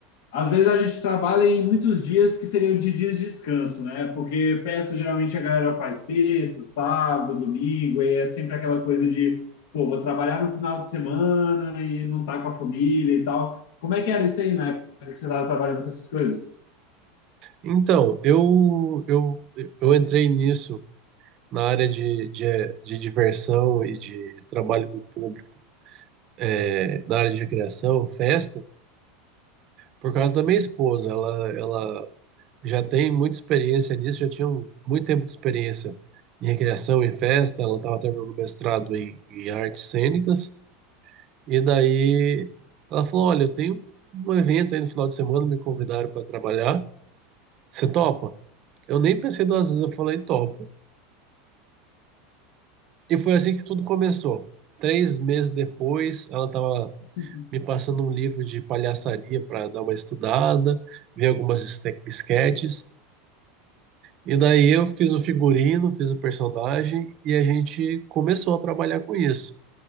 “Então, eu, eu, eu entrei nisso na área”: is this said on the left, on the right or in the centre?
Right